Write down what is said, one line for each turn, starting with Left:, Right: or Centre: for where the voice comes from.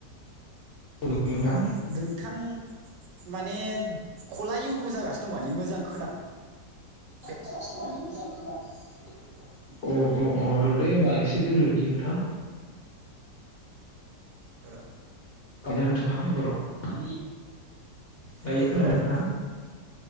Left: औ। नोंथां।
Right: नोंथां माने खला इउख' जागासिनो दं माने मोजां। मोजां खोन।।
Left: जागासिनो दं मानि मोजां खोना। अ अ अ रदै होनोमबा एसे द रोदनि नोंथां।
Right: ओ
Left: नोंथाङा एबाराव <unintelligible> दायो
Right: औ
Left: खोनाबाय
Right: खोनादों
Left: नोंथां।